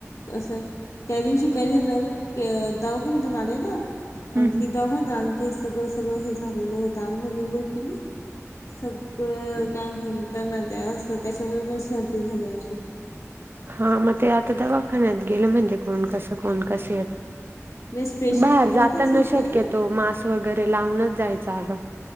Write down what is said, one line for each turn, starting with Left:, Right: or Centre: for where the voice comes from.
Left: असं त्या दिवशी काय झालं के अ दवाखान्यातून आले ना
Right: हम्
Left: अगदी
Right: हम्
Left: दवाखान्यात अंग ते सगळं सगळं हे झालेलं होतं आंघोळ बिंगोळ केली. सगळं काय म्हणता ना ते असं त्याच्यामुळे पण सर्दी झाली अशी
Right: हा मग ते आता दवाखान्यात गेलं म्हणजे कोण कसं कोण कसं आहेत
Left: नाही स्पेशल
Right: बाहेर
Left: रूम मध्येच
Right: जाताना
Left: होते
Right: शक्यतो मास वगैरे लावूनच जायचा अगं.